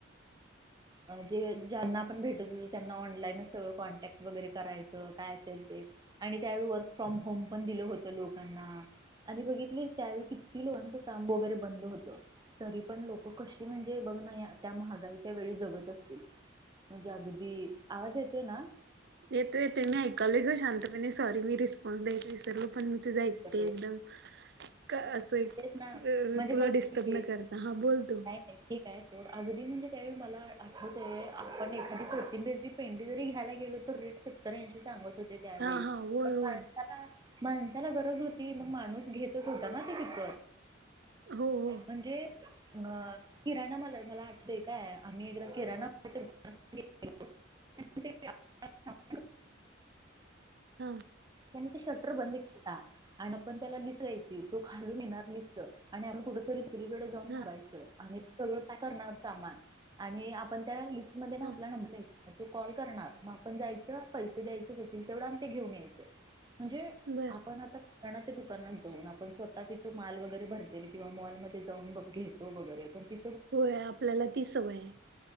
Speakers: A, on the right; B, on the right.
A: <inaudible>
B: अ जे ज्यांना आपण भेटत होतो, त्यांना ऑनलाईनच सगळं कॉन्टॅक्ट वगैरे करायचं काय असेल ते आणि त्यावेळी वर्क फ्रॉम होम पण दिलं होतं लोकांना. आणि बघितलीस, त्यावेळी किती लोकांच काम वगैरे बंद होत. तरी पण लोकं कशी म्हणजे, बघ ना त्या महागाईच्या वेळी जगत असतील? म्हणजे अगदी, आवाज येतोय ना?
A: येतो येतोय, मी ऐकालोय ग शांतपणे सॉरी मी रिस्पॉन्स द्यायच विसरलो पण तुझं ऐकते
B: हो
A: एकदम का असं
B: तेच ना
A: अ
B: म्हणजे
A: तुला
B: बघ
A: डिस्टर्ब
B: की
A: न करता हा बोल तू.
B: नाही नाही ठीक आहे अगदी म्हणजे त्यावेळी मला आठवतय, आपण एखादी कोथिंबिर ची पेंढी जरी घ्यायला गेलो तर रे एक सत्तर ऐंशी सांगत होते, त्यावेळी
A: हा हा होय
B: पण
A: होय
B: फायदा काय? माणसाला गरज होती मग माणूस घेतच होता ना ते विकत.
A: हो हो
B: म्हणजे अ किराणा मला मला आटतंय काय आम्ही इकडं किराणा <unintelligible> <unintelligible> <unintelligible>
A: हा
B: त्यांनी ते शटर बंद केला. आणि आपण त्याला लिस्ट द्यायची, तो खालून घेणार लिस्ट आणि आपल कुठ तरी सगळीकडे जाऊन <unintelligible>
A: हा
B: आणि सगळ पॅक करणार सामान आणि आपण त्या लिस्ट मध्ये ना
A: हा
B: आपला नंबर लिहा, म तो कॉल करणार मग आपण जायचं पैस ते द्यायच देतील तेवढ ते आणि घेऊन यायच, म्हणजे
A: बर
B: आपण आता दुकानात जाऊन आपण स्वतः तिथ माल वगैरे भरतेल किंवा मॉल मध्ये जाऊन बग घेतो वगैरे पण ती
A: होय, आपल्याला ती सवय हाय.